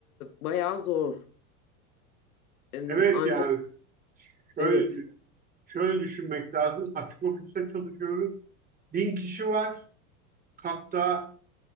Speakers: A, on the left; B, on the right.
A: bayağı zor. Em,
B: Evet
A: Ancak
B: yani şöyle,
A: evet
B: şöyle düşünmek lazım. Açık ofiste çalışıyoruz. Bin kişi var. Hatta